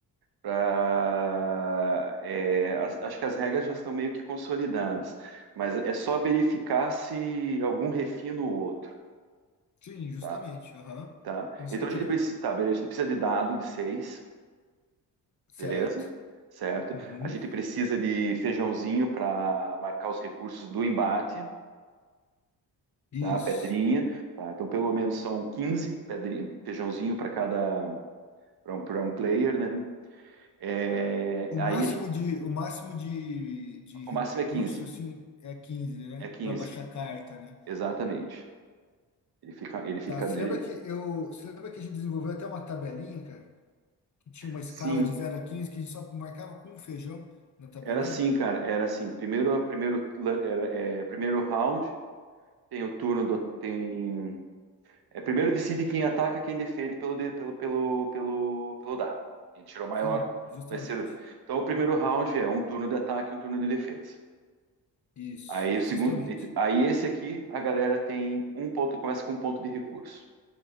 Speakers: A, on the right; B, on the left.
A: pra, é, as- acho que as regras já estão meio que consolidadas, mas é só verificar se algum refina o outro,
B: Sim, justamente.
A: tá?
B: Aham.
A: Tá?
B: Com certeza.
A: Então a gente precisa, tá, beleza, a gente precisa de dado de seis,
B: Certo.
A: beleza? Certo?
B: Uhum.
A: A gente precisa de feijãozinho para marcar os recursos do embate,
B: Isso.
A: tá? Pedrinha, tá? Então pelo menos são 15 pedrinha, feijãozinho para cada para um, pra um player, né? É,
B: O máximo
A: aí a gente-
B: de, o máximo de, de
A: o
B: recurso,
A: máximo é quinze,
B: assim, é quinze né?
A: É 15,
B: Para baixar carta, né?
A: exatamente. Ele fica, ele fica,
B: Tá, você
A: ele...
B: lembra que eu, você lembra que a gente desenvolveu até uma tabelinha, cara? Que tinha uma escala
A: Sim,
B: de zero a 15 que a gente só marcava com um feijão na tabelinha?
A: era assim, cara, era assim. Primeiro, primeiro, lan- era, é, primeiro round, tem o turno do, tem, é primeiro decide quem ataca, quem defende pelo, de- pelo, pelo, pelo, pelo dado. Quem tirou maior
B: Sim, justamente.
A: vai ser. Então, o primeiro round é um turno de ataque, e um turno de defesa.
B: Isso,
A: Aí o
B: justamente.
A: segundo, aí esse aqui, a galera tem um ponto, começa com um ponto de recurso.